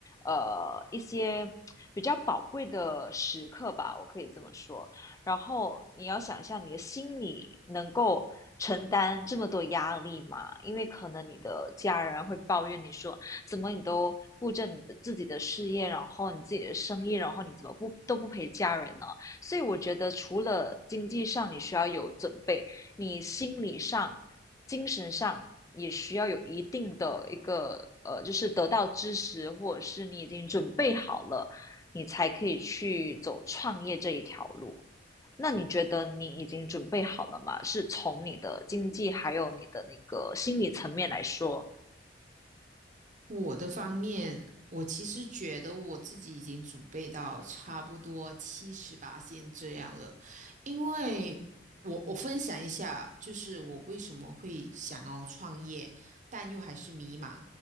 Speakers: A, on the left (about 20°); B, on the right (about 45°).
A: 呃一些比较宝贵的时刻吧，我可以这么说。然后你要想一下，你的心理能够承担这么多压力吗？因为可能你的家人会抱怨你说，怎么你都顾着你的自己的事业，然后你自己的生意，然后你怎么不都不陪家人呢？所以我觉得，除了经济上你需要有准备，你心理上精神上也需要有一定的一个呃，就是得到支持，或者是你已经准备好了，你才可以去走创业这一条路。那你觉得你已经准备好了吗？是从你的经济还有你的那个心理层面来说，
B: 我的方面，我其实觉得我自己已经准备到差不多七十八线这样了，因为我我分享一下，就是我为什么会想要创业，但又还是迷茫，